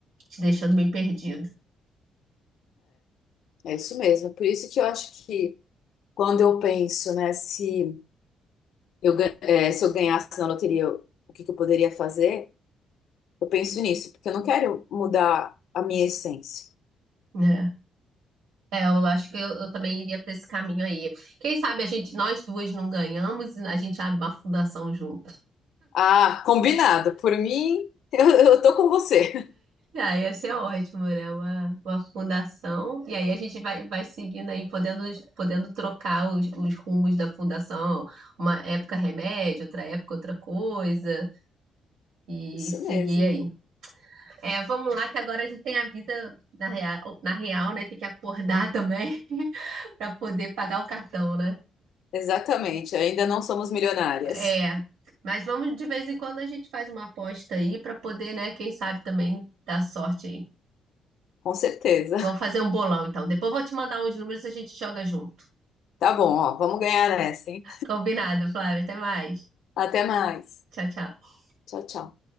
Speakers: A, on the right; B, on the left.
A: te deixando bem perdido,
B: É, é isso mesmo. Por isso que eu acho que quando eu penso, né, se eu, gan- é, se eu ganhasse na loteria, eu- o que que eu poderia fazer? Eu penso nisso, porque eu não quero mudar a minha essência.
A: né? É, eu acho que eu, eu também iria para esse caminho aí. Quem sabe a gente, nós duas não ganhamos e a gente abre uma fundação junto.
B: Ah, combinado. Por mim, <laughs> eu, eu tô com você.
A: Ah, ia ser ótimo, né? Uma, uma fundação. E aí a gente vai, vai seguindo aí, podendo, podendo trocar os, os rumos da fundação. Uma época remédio, outra época outra coisa. E
B: Isso
A: seguir
B: mesmo.
A: aí. É, vamos lá, que agora a gente tem a vida na real, na real, né? Tem que acordar também <laughs> para poder pagar o cartão, né?
B: Exatamente. Ainda não somos milionárias.
A: É. Mas vamos, de vez em quando, a gente faz uma aposta aí para poder, né? Quem sabe também dar sorte aí.
B: Com certeza.
A: Vamos fazer um bolão, então. Depois eu vou te mandar uns números e a gente joga junto.
B: Tá bom, ó. Vamos ganhar essa, hein?
A: Combinado, Flávia. Até mais.
B: Até mais.
A: Tchau, tchau.
B: Tchau, tchau.